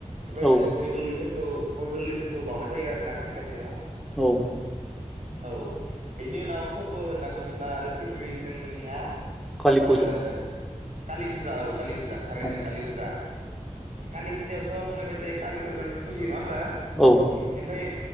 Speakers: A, on the right; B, in the centre.
A: बेबायदिनो
B: औ
A: गय गोरलैफोर खौ गय गोरलैफोरखौ बावनाय जायो आरोना खाथिग आसायाव
B: औ ।
A: औ बेनि उनाव फोरबो होनना बुङोब्ला आरो फैबोयो जोंनिया
B: कालि फुजा
A: ओ । कालि फुजा औ कालि फुजा थारैनो
B: औ
A: कालि फुजा कालि फुजायावथ' बुंनाय बायदि जायो कलिखौ जों फुजियो नङा होम बा
B: औ
A: ओमफ्राय